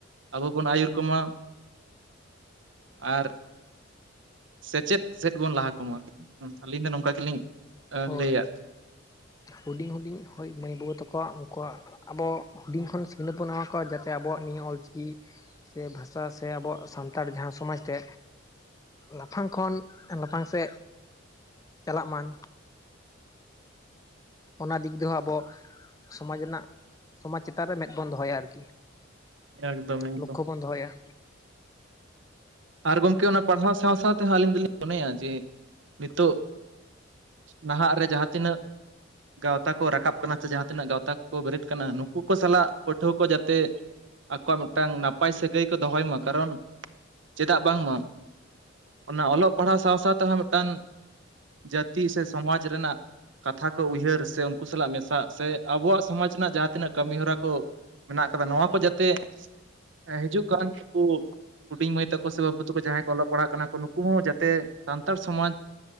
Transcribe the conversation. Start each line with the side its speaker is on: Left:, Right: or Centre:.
Right: ᱟᱵᱚ ᱵᱚᱱ ᱟᱹᱭᱩᱨ ᱠᱚᱢᱟ᱾ ᱟᱨ ᱥᱮᱪᱮᱫ ᱥᱮᱫ ᱵᱚᱱ ᱞᱟᱦᱟᱠᱢᱟ ᱟᱹᱞᱤᱧ ᱫᱚ ᱱᱚᱝᱠᱟ ᱜᱮᱞᱤᱧ ᱟ
Left: ᱦᱳᱭ
Right: ᱞᱟᱹᱭᱟᱫ
Left: ᱦᱩᱰᱤᱧ ᱦᱩᱰᱤᱧ ᱦᱳᱭ ᱢᱟᱹᱭ ᱵᱟᱹᱵᱩ ᱛᱟᱠᱚᱣᱟ ᱩᱱᱠᱩᱣᱟᱜ ᱟᱵᱚ ᱦᱩᱰᱤᱧ ᱠᱷᱚᱱ ᱥᱤᱠᱷᱱᱟᱹᱛ ᱵᱚᱱ ᱮᱢᱟ ᱠᱚᱣᱟ ᱡᱟᱛᱮ ᱟᱵᱚᱣᱟᱜ ᱱᱤᱭᱟᱹ ᱚᱞᱪᱤᱠᱤ ᱥᱮ ᱵᱷᱟᱥᱟ ᱥᱮ ᱟᱵᱚᱣᱟᱜ ᱥᱟᱱᱛᱟᱲ ᱡᱟᱦᱟᱸ ᱥᱚᱢᱟᱡᱽ ᱛᱮ ᱞᱟᱯᱷᱟᱝ ᱠᱷᱚᱱ ᱮᱸᱞᱟᱯᱷᱟᱝ ᱥᱮᱫ ᱪᱟᱞᱟᱜ ᱢᱟᱱ᱾ ᱚᱱᱟ ᱫᱤᱜ ᱫᱚ ᱦᱚᱸ ᱟᱵᱚ ᱥᱚᱢᱟᱡᱽ ᱨᱮᱱᱟᱜ ᱥᱚᱢᱟᱡᱽ ᱪᱮᱛᱟᱱ ᱨᱮ ᱢᱮᱫ ᱵᱚᱱ ᱫᱚᱦᱚᱭᱟ ᱟᱨᱠᱤ᱾
Right: ᱮᱠᱫᱚᱢ ᱮᱠᱫᱚᱢ
Left: ᱞᱚᱠᱠᱷᱚ ᱵᱚᱱ ᱫᱚᱦᱚᱭᱟ᱾
Right: ᱟᱨ ᱜᱚᱢᱠᱮ ᱚᱱᱟ ᱯᱟᱲᱥᱟ ᱥᱟᱶ ᱥᱟᱶ ᱛᱮ ᱦᱚᱸ ᱟᱹᱞᱤᱧ ᱫᱚᱞᱤᱧ ᱢᱚᱱᱮᱭᱟ ᱡᱮ ᱱᱤᱛᱚᱜ ᱱᱟᱦᱟᱸᱜ ᱨᱮ ᱡᱟᱦᱟᱸ ᱛᱤᱱᱟᱹᱜ ᱜᱟᱶᱛᱟ ᱠᱚ ᱨᱟᱠᱟᱵ ᱠᱟᱱᱟ ᱪᱮ ᱡᱟᱦᱟᱸᱛᱤᱱᱟᱹᱜ ᱜᱟᱶᱛᱟ ᱠᱚ ᱵᱮᱨᱮᱫ ᱠᱟᱱᱟ ᱱᱩᱠ ᱩᱱᱠᱩ ᱠᱚ ᱥᱟᱞᱟᱜ ᱯᱟᱹᱴᱷᱩᱣᱟᱹ ᱠᱚ ᱡᱟᱛᱮ ᱟᱠᱚᱣᱟᱜ ᱢᱤᱫᱴᱟᱝ ᱱᱟᱯᱟᱭ ᱥᱟᱹᱜᱟᱹᱭ ᱠᱚ ᱫᱚᱦᱚᱭ ᱢᱟ ᱠᱟᱨᱚᱱ ᱪᱮᱫᱟᱜ ᱵᱟᱝᱢᱟ᱾ ᱚᱱᱟ ᱚᱞᱚᱜ ᱯᱟᱲᱦᱟᱣ ᱥᱟᱶ ᱥᱟᱶ ᱛᱮ ᱦᱚᱸ ᱢᱤᱫᱴᱟᱝ ᱡᱟᱹᱛᱤ ᱥᱮ ᱥᱚᱢᱟᱡᱽ ᱨᱮᱱᱟᱜ ᱠᱟᱛᱷᱟ ᱠᱚ ᱩᱭᱦᱟᱹᱨ ᱥᱮ ᱩᱱᱠᱩ ᱥᱟᱞᱟᱜ ᱢᱮᱥᱟᱜ ᱥᱮ ᱟᱵᱚᱣᱟᱜ ᱥᱚᱢᱟᱡᱽ ᱨᱮᱱᱟᱜ ᱡᱟᱦᱟᱸ ᱛᱤᱱᱟᱹᱜ ᱠᱟᱹᱢᱤ ᱦᱚᱨᱟ ᱠᱚ ᱢᱮᱱᱟᱜ ᱠᱟᱫᱟ ᱱᱚᱣᱟ ᱠᱚ ᱡᱟᱛᱮ ᱮᱸ ᱦᱤᱡᱩᱜ ᱠᱟᱱ ᱱᱩᱠᱩ ᱦᱩᱰᱤᱧ ᱢᱟᱹᱭ ᱛᱟᱠᱚ ᱥᱮ ᱵᱟᱹᱵᱩ ᱛᱟᱠᱚ ᱡᱟᱦᱟᱸᱭ ᱠᱚ ᱚᱞᱚᱜ ᱯᱟᱲᱦᱟᱜ ᱠᱟᱱᱟ ᱠᱚ ᱱᱩᱠᱩ ᱦᱚᱸ ᱡᱟᱛᱮ ᱥᱟᱱᱛᱟᱲ ᱥᱚᱢᱟᱡᱽ᱾